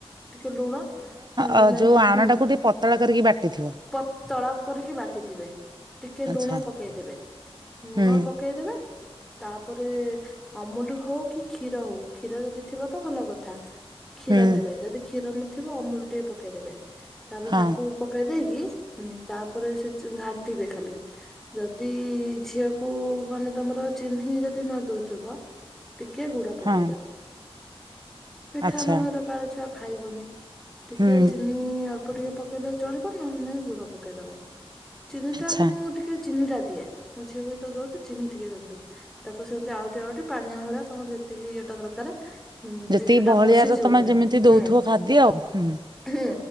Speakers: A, in the centre; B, on the right.
A: ଟିକେ ଲୁଣ ନହେଲେ
B: ଅ,
A: ନାଇଁ
B: ଯୋଉ ଆଣଟାକୁ
A: ହୁଁ
B: ଟିକେ ପତଳା କରିକି ବାଟିଥିବ
A: ପତଳା କରିକି ବାଟିଥିବେ। ଟିକେ
B: ଆଚ୍ଛା
A: ଲୁଣ ପକେଇଦେବେ ଲୁଣ
B: ହୁଁ
A: ପକେଇଦବେ ତାପରେ ଅମୁଲ ହଉ କି କ୍ଷୀର ହଉ କ୍ଷୀର ଯଦି ଥିବ ତ ଭଲ କଥା। କ୍ଷୀର
B: ହୁଁ
A: ଦେବେ ଯଦି କ୍ଷୀର ନଥି ଥିବ ଅମୁଲ ଟିକେ ପକେଇଦେବେ। ତାପରେ
B: ହଁ
A: ତାକୁ ପକେଇ ଦେଇକି ତାପରେ ସେ ଘାଣ୍ଟିବେ ଖାଲି ଯଦି ଝିଅକୁ ମାନେ ତମର ଚିହ୍ନି ଯଦି ନ ଦଉ ଥିବ। ଟିକେ ଗୁଡ ପକେଇଦବ।
B: ହଁ
A: ମିଠା
B: ଆଚ୍ଛା
A: ନହେଲେ କାହାର ଛୁଆ ଖାଇବନି। ଟିକେ
B: ହୁଁ
A: ଚିନି ଅଳ୍ପ ଅଳ୍ପ ଟିକେ ପକେଇଲେ ଚଳିବ ନହେଲେ ନାଇଁ ଗୁଡ଼ ପକେଇଦବ। ଚିନି
B: ଆଚ୍ଛା
A: ଟା ମୁଁ ଟିକେ ଚିନି ଟା ିଆ ମୁଁ ଝିଅକୁ ଦଉି ଚିନି ଟିକେ ଦଉଥିଲି ତାକୁ ସେମିତି ଆଉ ପାଣିଆ ଭଳିଆ ତମେ ଟିକେ ଇଏଟା ଦରକାର ଉଁ
B: ଯେତିକି
A: ସେଟା
B: ବହଳିଆ
A: ବସିଯିବ
B: ର ତମେ
A: ପୁଣି
B: ଯେମିତି ଦଉଥିବ
A: ହୁଁ
B: ଖାଦ୍ୟ ଆଉ ହୁଁ।
A: ହୁଁ